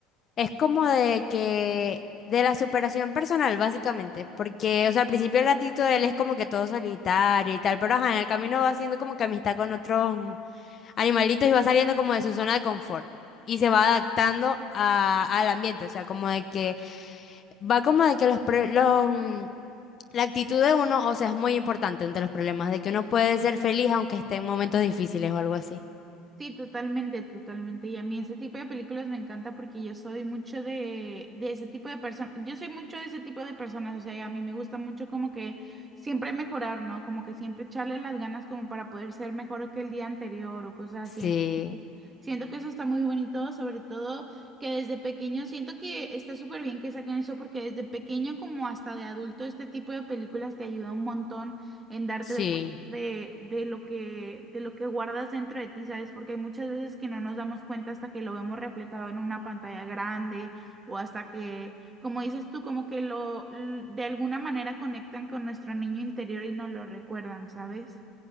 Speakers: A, on the left (about 35°); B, on the right (about 20°).
A: Es como de que, de la superación personal, básicamente, porque, o sea, al principio el gatito de él es como que todo solitario y tal, pero ajá, en el camino va haciendo como que amistad con otros animalitos y va saliendo como de su zona de confort y se va adaptando a, al ambiente, o sea, como de que, va como de que los, pre- los, mm, la actitud de uno, o sea, es muy importante entre los problemas, de que uno puede ser feliz aunque esté en momentos difíciles o algo así.
B: Sí, totalmente, totalmente. Y a mí ese tipo de películas me encanta porque yo soy mucho de, de ese tipo de personas. Yo soy mucho de ese tipo de personas. O sea, y a mí me gusta mucho como que siempre mejorar, ¿no? Como que siempre echarle las ganas como para poder ser mejor que el día anterior o cosas
A: Sí,
B: así. Siento que eso está muy bonito, sobre todo que desde pequeño, siento que está súper bien que saquen eso porque desde pequeño como hasta de adulto este tipo de películas te ayuda un montón en darte
A: sí.
B: de cuenta de, de lo que, de lo que guardas dentro de ti, ¿sabes? Porque hay muchas veces que no nos damos cuenta hasta que lo vemos reflejado en una pantalla grande o hasta que, como dices tú, como que lo, l- de alguna manera conectan con nuestro niño interior y nos lo recuerdan, ¿sabes?